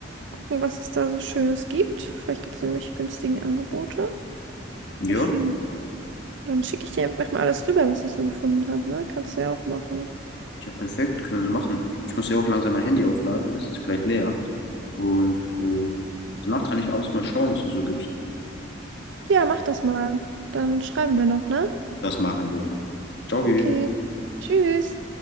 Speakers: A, on the right; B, on the left.
A: gucken, was es da so Schönes gibt. Vielleicht gibt es irgendwelche günstigen Angebote
B: Ja,
A: mit Flügen. Dann schicke ich dir einfach mal alles rüber, was ich so gefunden habe, ne? Kannst du ja auch machen.
B: ja, perfekt, können wir so machen. Ich muss ja auch langsam mein Handy aufladen, das ist gleich leer. Und äh, danach kann ich abends mal schauen, was du so gibst.
A: Ja, mach das mal. Dann schreiben wir noch, ne?
B: Das machen wir. Ciao,
A: Okay.
B: Vivian.
A: Tschüss.